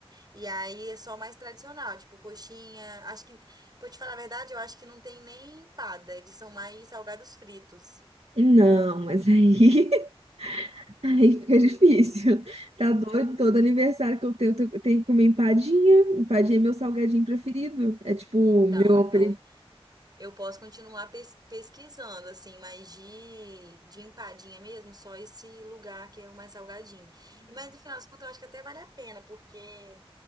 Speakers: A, on the right; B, on the right.
A: E aí é só mais tradicional, tipo coxinha. Acho que, pra te falar a verdade, eu acho que não tem nem empada, eles são mais salgados fritos.
B: Não, mas aí, <laughs> aí fica difícil. Tá doido? Todo aniversário que eu tenho, eu tenho eu tenho que comer empadinha. Empadinha é meu salgadinho preferido. É tipo,
A: Então,
B: meu
A: então
B: apelido.
A: eu posso continuar pes- pesquisando, assim, mas de, de empadinha mesmo, só esse lugar que é o mais salgadinho. E mas no final das contas, eu acho que até vale a pena, porque,